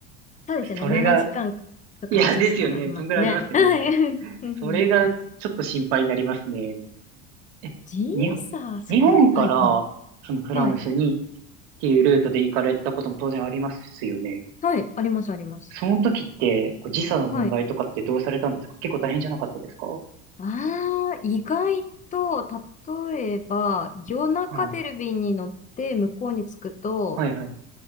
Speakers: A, on the left; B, on the right.
A: そうですね。
B: それが、
A: 7時間とか8時間ありますね。
B: いや、ですよね。そんぐらいありますよね。
A: はい。<laughs> うんうん
B: それがちょっと心配になりますね。え、
A: 時差、
B: 日本、
A: そっか。
B: 日本から
A: はいはい。
B: そのフランスにっ
A: はい。
B: ていうルートで行かれたことも当然ありますよね。
A: はい。ありますあります。
B: その時ってこう時差の問題とかってどうされたんですか結構大変じゃなかったですかは
A: はい。ああ、意外と、例えば、夜中出る便に乗って向こうに着くと、
B: い。はいはい。